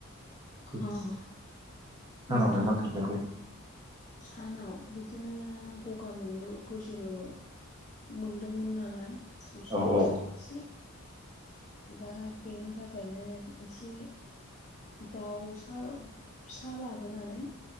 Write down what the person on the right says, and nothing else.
<unintelligible>
सानावलाय
मा ओंख्रिन जाखो
औ औ